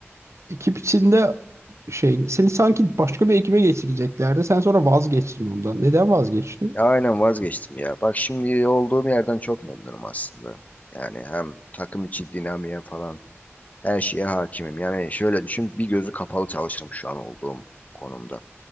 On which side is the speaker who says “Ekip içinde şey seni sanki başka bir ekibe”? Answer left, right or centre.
Right